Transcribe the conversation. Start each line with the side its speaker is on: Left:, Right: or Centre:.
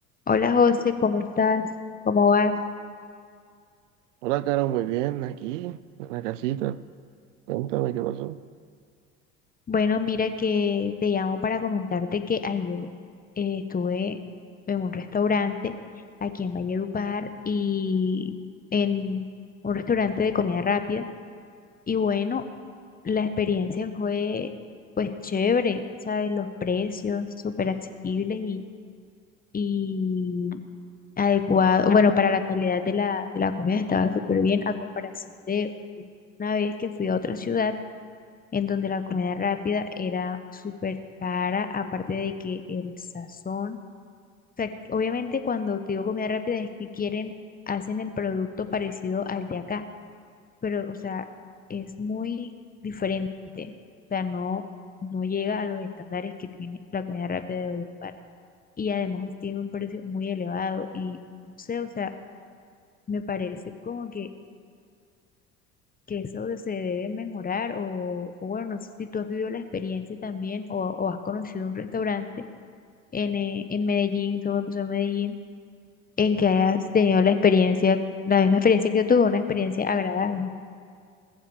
Left: Hola José, ¿cómo estás? ¿Cómo vas?
Right: Hola, Caro, muy bien, aquí, en la casita. Cuéntame qué pasó.
Left: Bueno, mira que te llamo para comentarte que ayer eh, estuve en un restaurante aquí en Valledupar y en un restaurante de comida rápida y bueno, la experiencia fue pues chévere, ¿sabes? Los precios súper asequibles y, y adecuado, bueno, para la calidad de la, de la comida estaba súper bien a comparación de una vez que fui a otra ciudad en donde la comida rápida era súper cara, aparte de que el sazón, o sea, obviamente cuando te digo comida rápida es que quieren, hacen el producto parecido al de acá, pero o sea, es muy diferente, o sea, no, no llega a los estándares que tiene la comida rápida de Valledupar y además tiene un precio muy elevado y no sé, o sea, me parece como que que eso se debe mejorar o, o bueno, no sé si tú has vivido la experiencia también o, o has conocido un restaurante en, eh, en Medellín, eso me pasó en Medellín, en que hayas tenido la experiencia, la misma experiencia que yo tuve, una experiencia agradable.